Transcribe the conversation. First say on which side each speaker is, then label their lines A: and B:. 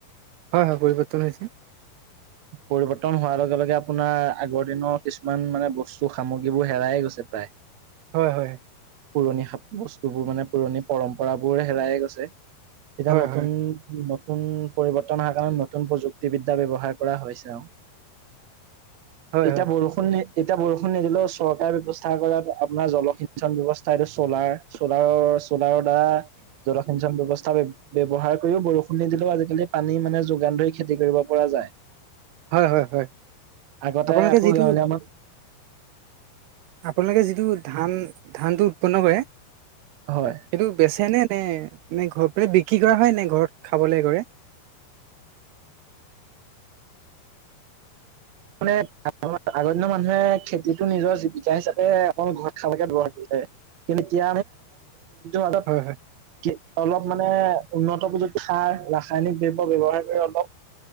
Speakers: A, on the right; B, on the right.
A: হয় হয় পৰিৱৰ্তন হৈছে।
B: পৰিবৰ্তন হোৱাৰ লগে লগে আপোনাৰ আগৰ দিনৰ কিছুমান মানে বস্তু, সামগ্ৰীবোৰ হেৰায়ে গৈছে প্ৰায়। <inaudible>
A: হয় হয়।
B: পুৰণি সা বস্তুবোৰ মানে, পুৰণি পৰম্পৰাবোৰ হেৰায়ে গৈছে। এতিয়া
A: হয়
B: নতুন
A: হয়
B: নতুন পৰিৱৰ্তন অহা কাৰণে নতুন প্ৰযুক্তিবিদ্যা ব্যৱহাৰ কৰা হৈছে আৰু।
A: হয়
B: এতিয়া
A: হয়
B: বৰষুণ নি এতিয়া বৰষুণ নিদিলেও চৰকাৰে ব্যৱস্থা কৰা, আপোনাৰ জলসিঞ্চন ব্যৱস্থা এইটো চ'লাৰ, চলাৰৰ চলাৰত বা জলসিঞ্চন ব্যৱস্থা ব্য-ব্যৱহাৰ কৰিও বৰষুণ নিদিলেও আজিকালি পানী মানে যোগান ধৰি খেতি কৰিব পৰা যায়।
A: হয় হয় হয়।
B: আগতে
A: আপোনালোকে
B: আকৌ
A: যিটো
B: গাঁৱলীয়া আমাক
A: আপোনালোকে যিটো ধান ধানটো উৎপন্ন কৰে
B: হয়।
A: সেইটো বেচেনে নে নে ঘৰত বিক্ৰী কৰা হয় নে ঘৰত খাবলৈ কৰে?
B: মানে আগৰ দিনৰ মানুহে খেতিটো নিজৰ জীৱিকা হিচাপে অকল ঘৰত খালকে ব্যৱহাৰ কৰে। কিন্তু এতিয়া আমি
A: হয় হয়
B: <unintelligible> অলপ মানে উন্নত প্ৰযুক্তি সাৰ, ৰাসায়নিক দ্ৰব্য ব্যৱহাৰ কৰি অলপ